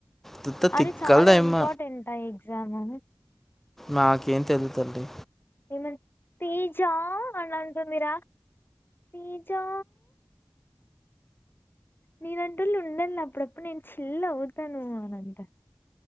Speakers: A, in the centre; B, on the left (about 25°).
A: తిత్త
B: అది
A: తిక్కలదేమ్మ
B: చాలా ఇంపాటెంట ఆ ఎగ్ జాము
A: నాకేమ్ తెల్ తల్లి
B: ఏమని తేజా అనంటుంది రా తేజా నేలంటోళ్ ఉండల అప్పుడపుడు నేన్ చీల్ ఔతాను అనంట